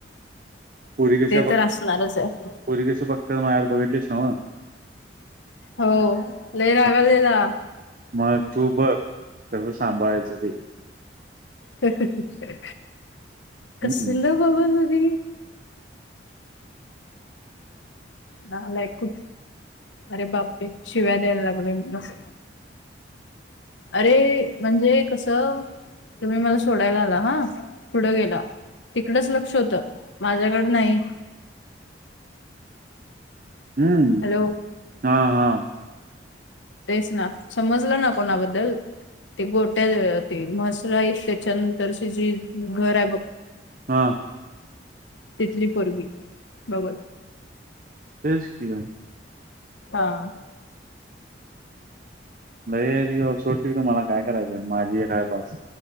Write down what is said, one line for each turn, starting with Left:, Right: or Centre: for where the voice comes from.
Right: पोरी कशा
Left: ते तर
Right: बघ,
Left: असणारच आहे.
Right: पोरी कशा बगत्यात मायाकडं बघितलेस नव्ह?
Left: हो लै रागालेला.
Right: हा, मग तू बघ कसं सांभाळायचं ते
Left: हा हा हा कसल
Right: हम्म
Left: बगा ना ते नालायक अरे बापरे शिव्या द्यायला कोणीस अरे म्हणजे कस तुम्ही मला सोडायला आला हा पुढे गेला. तिकडच लक्ष होतं माझ्याकड नाही.
Right: हम्म
Left: हॅलो
Right: हा हा.
Left: तेच ना समजलं ना कोणा बद्दल ते गोट्या ते म्हसर त्याच्यानंतरची जे घर आहे बघ
Right: हा.
Left: तिथली पोरगी बघ
Right: तेच की ग
Left: हा.
Right: नाही सोड की, तू मला काय करायलयआहे माझी एक काय बास.